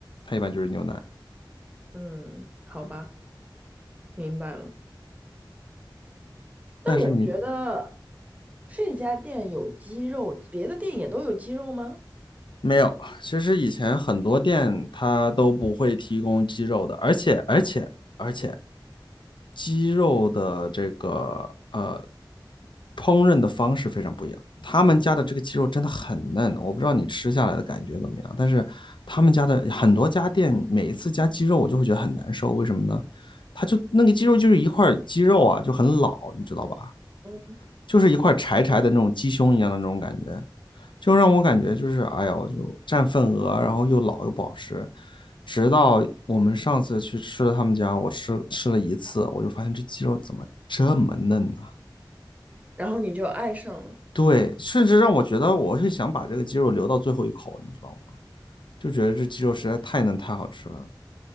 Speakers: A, on the left; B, on the right.
A: 它一般就是牛腩。
B: 嗯，好吧，明白了。但我觉得
A: 但是你
B: 这家店有鸡肉，别的店也都有鸡肉吗？
A: 没有，其实以前很多店它都不会提供鸡肉的，而且而且而且，鸡肉的这个呃烹饪的方式非常不一样。他们家的这个鸡肉真的很嫩，我不知道你吃下来的感觉怎么样，但是他们家的很多家店每一次加鸡肉，我就会觉得很难受。为什么呢？它就那个鸡肉就是一块鸡肉啊，就很老，你知道吧？
B: 嗯，
A: 就是一块柴柴的那种鸡胸一样的那种感觉。就让我感觉就是哎呦，我就占份额，然后又老又不好吃。直到我们上次去吃了他们家，我吃吃了一次，我就发现这鸡肉怎么这么嫩呢、啊
B: 然后你就爱上了，
A: 对，甚至让我觉得我是想把这个鸡肉留到最后一口，你知道吗？就觉得这鸡肉实在太嫩太好吃了。